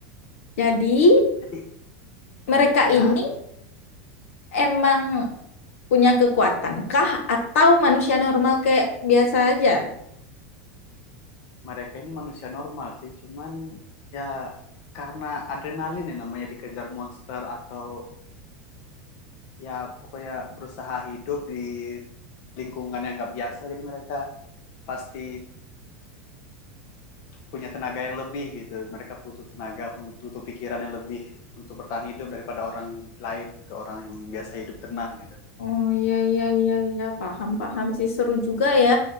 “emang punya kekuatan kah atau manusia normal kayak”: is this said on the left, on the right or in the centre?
Left